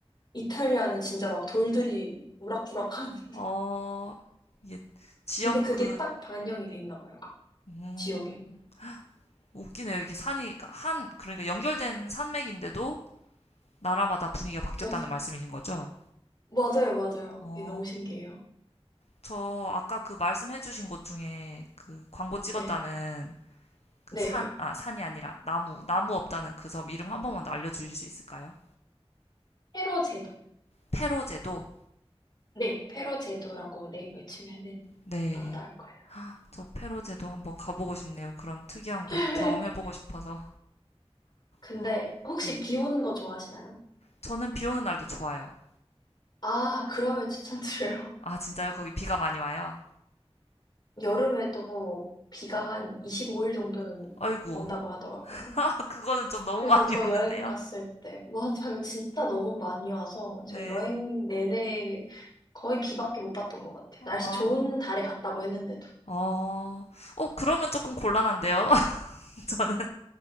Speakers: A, on the left; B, on the left.
A: 이탈리아는 진짜 막 돌들이 우락부락한. <laughs>
B: 어, 이게 지역
A: 근데 그게
B: 그,
A: 딱 반영이 돼 있나 봐요.
B: 음,
A: 지역에.
B: 웃기네요. 이게 산이, 그러니까 한, 그러니까 연결된 산맥인데도 나라마다 분위기가 바뀌었다는
A: 맞아.
B: 말씀이신 거죠?
A: 맞아요, 맞아요.
B: 어,
A: 그게 너무 신기해요.
B: 저 아까 그 말씀해주신 곳 중에 그 광고 찍었다는
A: 네.
B: 그
A: 네.
B: 산, 아, 산이 아니라 나무, 나무 없다는 그 섬 이름 한 번만 더 알려주실 수 있을까요?
A: 페로 제도.
B: 페로제도?
A: 네, 페로 제도라고 네이버에 치면은
B: 네.
A: 아마 나올 거예요.
B: 저 페로제도 한번 가보고 싶네요. 그런 특이한
A: <laughs>
B: 곳 경험해보고 싶어서.
A: 근데
B: 어,
A: 혹시
B: 네.
A: 비 오는 거 좋아하시나요?
B: 저는 비 오는 날도 좋아요.
A: 아, 그러면 추천드려요.
B: 아, 진짜요? 거기 비가 많이 와요?
A: 여름에 또 비가 한 25일 정도는
B: 아이고.
A: 온다고 하더라고요.
B: <laughs> 그거는 좀 너무
A: 그래서
B: 많이
A: 저
B: <laughs> 오는데요?
A: 여행 갔을 때, <laughs> 맞아요. 진짜 너무 많이 와서
B: 네.
A: 제가 여행 내내 거의 비밖에 못 봤던 것 같아요.
B: 아,
A: 날씨 좋은 달에 갔다고 했는데도.
B: 어, 어, 그러면 조금 곤란한데요? <laughs> 저는